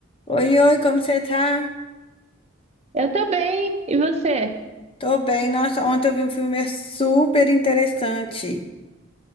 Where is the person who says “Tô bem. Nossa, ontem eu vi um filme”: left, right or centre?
Left